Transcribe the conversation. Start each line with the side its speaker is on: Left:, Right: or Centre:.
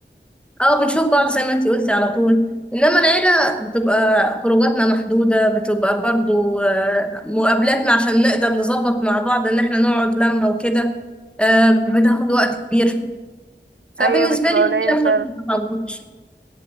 Centre: اه بنشوف بعض زي ما انتي قلتي على طول انما العيلة بتبقى خروجاتنا محدودة بتبقى برضو آه، مقابلاتنا عشان نقدر نظبط مع بعض ان احنا نقعد لما وكده آه،
Right: مم.
Centre: بناخد وقت كبير فبالنسبة
Right: ايوه بتبقى
Centre: لي العيلة
Right: قليلة فعلا
Centre: بصراحة ما بتعوضش